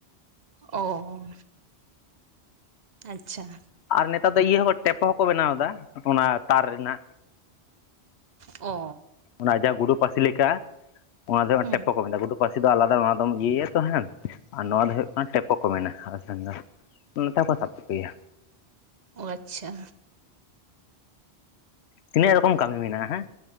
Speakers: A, on the right; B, on the left.
A: ᱚ, ᱟᱪᱪᱷᱟ,
B: ᱟᱨ ᱱᱮᱛᱟᱨ ᱫᱚ ᱤᱭᱟᱹ ᱦᱚ ᱴᱮᱯᱚ ᱦᱚᱸᱠᱚ ᱵᱮᱱᱟᱣ ᱮᱫᱟ ᱚᱱᱟ ᱛᱟᱨ ᱨᱮᱱᱟᱜ᱾
A: ᱚ,
B: ᱚᱱᱟ ᱡᱟᱦᱟᱸ ᱜᱩᱰᱩ ᱯᱟᱹᱥᱤ ᱞᱮᱠᱟ, ᱚᱱᱟ ᱫᱚ
A: ᱦᱩᱸ
B: ᱴᱮᱯᱚ ᱠᱚ ᱢᱮᱛᱟᱜᱼᱟ, ᱜᱩᱰᱩ ᱯᱟᱹᱥᱤ ᱫᱚ ᱟᱞᱟᱫᱟ ᱚᱱᱟ ᱫᱚᱢ ᱤᱭᱟᱹᱭᱟ ᱛᱚ ᱦᱟᱝ ᱟᱨ ᱱᱚᱣᱟ ᱫᱚ ᱦᱳᱭᱳᱜ ᱠᱟᱱᱟ ᱴᱮᱯᱚ ᱠᱚ ᱢᱮᱱᱟ, ᱟᱞᱮ ᱥᱮᱱ ᱫᱚ ᱱᱛᱮ ᱠᱚ ᱥᱟᱵᱠᱚᱜᱮᱭᱟ᱾
A: ᱚ ᱟᱪᱪᱷᱟ,
B: ᱛᱤᱱᱟᱹᱜ ᱨᱚᱠᱚᱢ ᱠᱟᱹᱢᱤ ᱢᱮᱱᱟᱜᱼᱟ